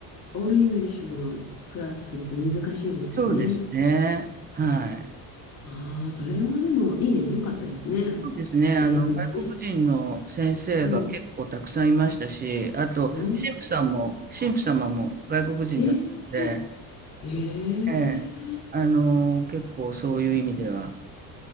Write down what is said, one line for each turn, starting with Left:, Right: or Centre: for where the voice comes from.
Left: オールイングリッシュのクラスって難しいですよね。
Right: そうですね、はい。
Left: ああ、それはでもいいです。よかったですね。あの、
Right: そうですね、
Left: 英文のね。
Right: あの、外国人の先生が結構たくさんいましたし、
Left: うん。
Right: あと、神父さんも、
Left: ああ、
Right: 神父様も外国人だったので、
Left: えー、えー、
Right: ええ、あの、結構そういう意味では、